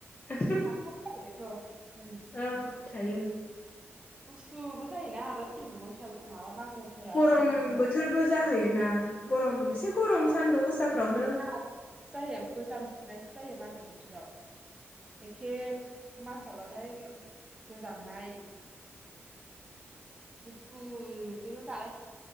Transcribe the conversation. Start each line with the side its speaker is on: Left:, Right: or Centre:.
Left: <unintelligible>
Right: थाखायो आरो बेथ' उम
Left: औ थायो।
Right: गुसुबो जायोना आरो बैसागु माबा मागोफोराव
Left: गरम
Right: मागो समाव
Left: बोथोरबो जाहैयोना। गरम ऐसे गरम सान्दुं गोसाफ्रावनो
Right: <unintelligible> जायो गोजांफुनाय जायो मागो बोथोराव। एखे। मासाबाथाय गोजांनाय गुफुर बिदिनो दालाय